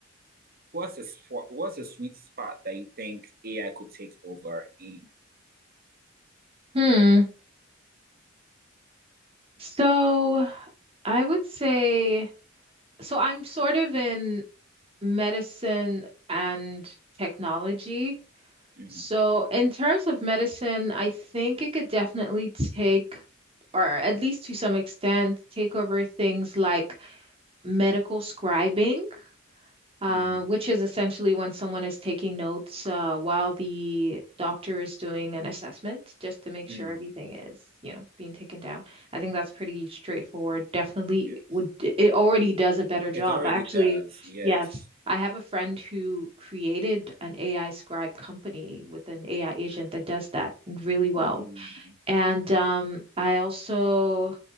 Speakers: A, on the right (about 45°); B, on the right (about 25°).
A: what's a sp- what's a sweet spot that you think AI could take over in?
B: Hmm. So I would say, so I'm sort of in medicine and technology.
A: Mm,
B: So, in terms of medicine, I think it could definitely take, or at least to some extent, take over things like medical scribing uh,
A: mm,
B: which is essentially when someone is taking notes uh, while the doctor is doing an assessment, just to make
A: mm,
B: sure everything is, you know, being taken down. I think that's pretty straightforward. Definitely
A: yes,
B: would, it already does a better job.
A: it already
B: Actually,
A: does. Yes.
B: yes, I have a friend who created an AI scribe company with an AI agent that does that really well.
A: Mm,
B: And um, I also